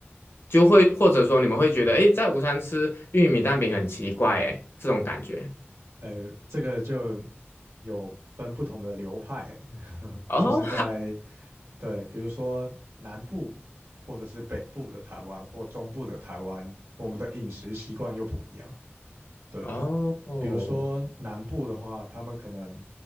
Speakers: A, on the left; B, on the right.
A: 就会或者说你们会觉得，哎，在午餐吃玉米蛋饼很奇怪，哎，这种感觉。
B: 呃这个就有分不同的流派，<laughs>
A: 哦，
B: 就是在对，比如说南部或者是北部的台湾或中部的台湾，我们的饮食习惯又不一样。对。
A: <laughs> 哦哦
B: 比如说南部的话，他们可能